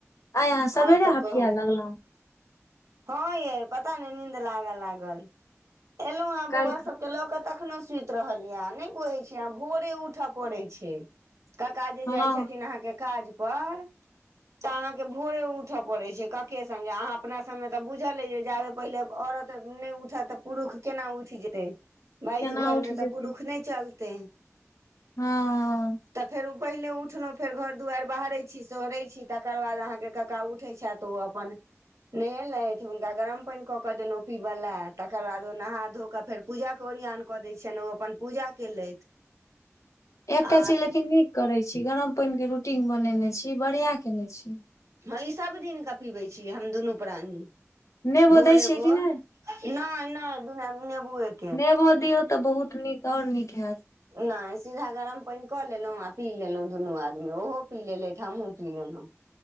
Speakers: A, on the left; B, on the right.
A: आइ यह सबेरे
B: आर सब
A: हफिया
B: कहू
A: लगलहु
B: हँ ये पता नय नींन्द लागल लागल एलहु हें
A: काल्हि
B: बौआ सबके लऽ के तखनो सइत सुत रहल या नइ बुझै छियाँ भोरे उठय पड़ै छै काका जे
A: हँ
B: जाय छथिन अहाँके काज पर तऽ अहाँके भोरे उठय पड़ैत छै कके संगे अहाँ अपना सबमे तऽ बुझल हे जे जाबे पहिले औरत नय उठत तऽ पुरुष केना उठ जेतै बाइस
A: केना
B: घरमे
A: उठि
B: तऽ
A: जेतै
B: पुरुष नय चलतै
A: हँ
B: तऽ फेर ओ पहिले उठलहुँ फेर घर दुआरि बहारै छी सोहरैत छी तकर बाद अहाँके कक्का उठैत छथि तो अपन नहेलेथ हुनका गरम पानी कऽ कऽ देलहुँ पीबय लए तकर बाद ओ नहा धो कऽ फेर पूजाके ओरियान कऽ दै छियेन ओ अपन पूजा केलथि
A: <inaudible> एकटा
B: आ
A: चीज लेकिन नीक करैत छी गरम पानिके रूटीन बनेने छी बढ़िआँ कने छी
B: हँ ई सभ दिनके पीबै छी हम दुनू प्राणी
A: नेबो
B: भोरे-भोर
A: दै छियै कि नहि
B: नय नय बिना नेबूए के
A: नेबो दियौ तऽ बहुत नीक और नीक होयत
B: नय सीधा गरम पानि कऽ लेलहुँ आ पी लेलहुँ दुनू आदमी ओहो पी लेलथि, हमहुँ पी लेलहुँ